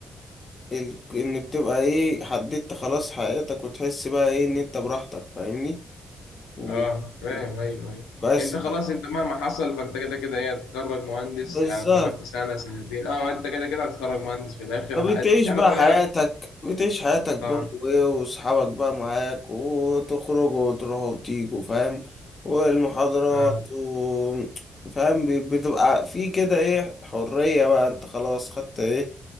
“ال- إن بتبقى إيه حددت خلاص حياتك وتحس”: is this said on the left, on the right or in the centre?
Left